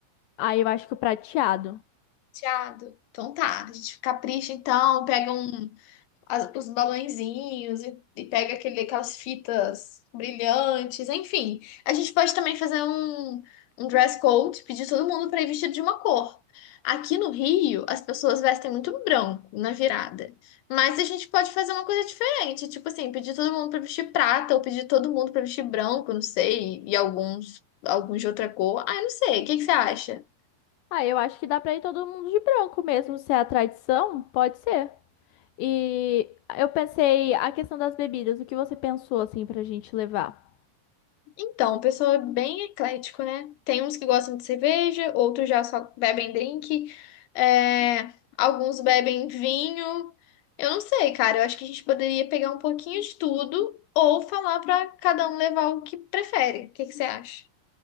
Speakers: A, on the left; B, on the left.
A: Ah, eu acho que o prateado.
B: Prateado. Então tá, a gente capricha então, pega um. as- os balõezinhos e, e pega aquele, aquelas fitas brilhantes, enfim. A gente pode também fazer um, um dress code, pedir todo mundo para ir vestido de uma cor. Aqui no Rio, as pessoas vestem muito branco na virada. Mas a gente pode fazer uma coisa diferente, tipo assim, pedir todo mundo para vestir prata ou pedir todo mundo para vestir branco, não sei, e alguns alguns de outra cor. Ah, eu não sei. O que que você acha?
A: Ah, eu acho que dá pra ir todo mundo de branco mesmo, se é a tradição, pode ser. E eu pensei a questão das bebidas, o que você pensou assim pra gente levar?
B: Então, o pessoal é bem eclético, né? Tem uns que gostam de cerveja, outros já só bebem drink, é, alguns bebem vinho. Eu não sei, cara. Eu acho que a gente poderia pegar um pouquinho de tudo ou falar pra cada um levar o que prefere. O que que você acha?